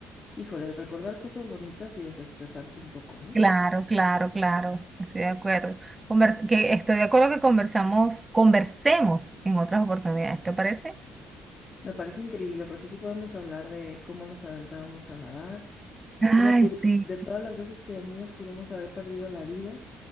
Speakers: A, on the left; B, on the right.
A: híjoles, recordar cosas bonitas y desestresarse un poco, ¿no?
B: Claro, claro, claro, estoy de acuerdo. Convers- que estoy de acuerdo que conversamos, conversemos en otras oportunidades, ¿te parece?
A: Me parece increíble porque sí podemos hablar de cómo nos aventábamos a nadar,
B: Ay,
A: cómo pudi-
B: sí,
A: de todas las veces que de niños pudimos haber perdido la vida